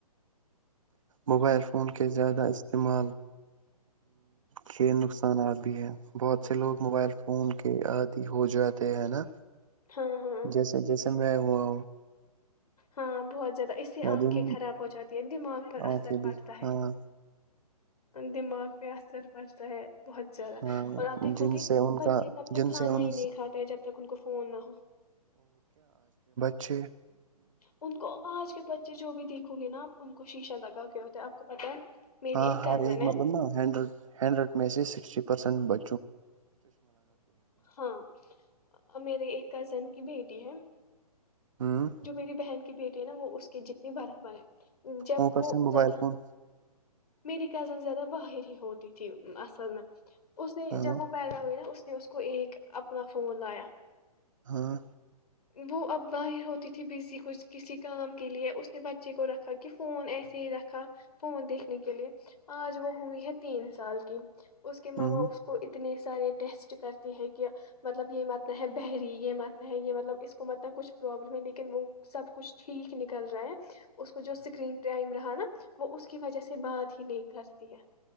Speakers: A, on the right; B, on the left.
A: موبائل فون کے زیادہ استعمال کے نقصانات بھی ہیں بہت سے لوگ موبائل فون کے آادی ہو جاتے ہیں نا
B: ہاں ہاں
A: جیسے جیسے میں ہوا ہوں
B: ہاں بہت زیادہ اسی
A: میں
B: آنکھیں
A: دن
B: خراب ہو جاتی ہیں دماغ پر اثر
A: آنکھیں
B: پڑتا
A: بھی
B: ہے
A: ہاں
B: دماغ پ اثر پڑے سح بہت زیادہ
A: ہاں
B: اور آپ دیکھو
A: جن
B: گے
A: سے ان
B: بچے
A: کا
B: تب
A: جن
B: تک کھانا
A: سے ان
B: ہی نہیں کھاتے جب تک ان کو فون نہ ہو
A: اچھ
B: ان کو آج کے بچے جو بھی دیکھو گے نا آپ انن کو شیشہ لگا کے ہوتے ہے آپ کو پتہ میری
A: ہاں
B: کزن
A: ہر ایک
B: ہے
A: مطلب نا ہینڈ ہینڈریڈ میں سے سکسٹی پرسینٹ ب
B: ہاں میرے ایک کزن کی بھیٹی ہے
A: ہ
B: جو میری بہن کی بیٹی ہے نا وہ اس کی جتنی بھرا ب جب
A: اوپر
B: وہ
A: سے موبائل
B: زیادہ
A: فون
B: میری کزن زیادہ باہر ہی ہوتی تھی اصل میں اس نے
A: ہاں
B: جب وہ پیدا ہوئے نا اس پھر اس کو ایک اپنا فون لایا
A: ہاں
B: وہ اب باہر ہوتا ت بزی کچھ کسی کام کے لیے اس نے بچے کو رکھا کہ فون ایسے ہی رکھا فون دیکھنے کے لیے آج وہ ہوئی ہے تین سال کی اس کے
A: ہ
B: ماما اس کو اتنے سارے ٹیسٹ کرتی ہے کہ مطلب یہ متنا ہے بحری یہ متنا ہے یہ مطلب اس کو متنا کچھ پروابلم ہے لیکن وہ سب کچھ ٹھیک نکل رہا ہے اس کو جو اسکرین ٹائم رہا نا وہ اس کی وجہ سے بات ہی نہیں کرتی ہے